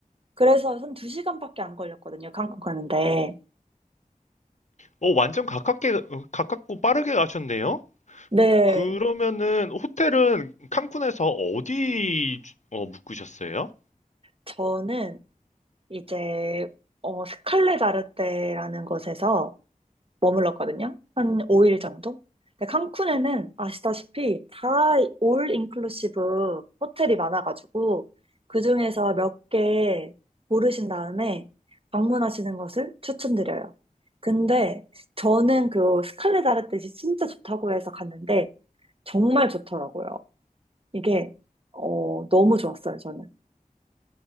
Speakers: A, on the right; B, on the left.
A: 그래서 한 2시간밖에 안 걸렸거든요. 칸쿤 가는데.
B: 어, 완전 가깝게, 어, 가깝고 빠르게 가셨네요?
A: 네,
B: 그러면은, 호텔은 칸쿤에서 어디, 어, 묵으셨어요?
A: 저는 이제 어, 스칼레 다르테라는 곳에서 머물렀거든요. 한 5일 정도? 근데 칸쿤에는 아시다시피 다 올 인클루시브 호텔이 많아가지고 그중에서 몇 개 고르신 다음에 방문하시는 것을 추천드려요. 근데 저는 그 스칼레 다르테 진짜 좋다고 해서 갔는데 정말 좋더라고요. 이게 어, 너무 좋았어요, 저는.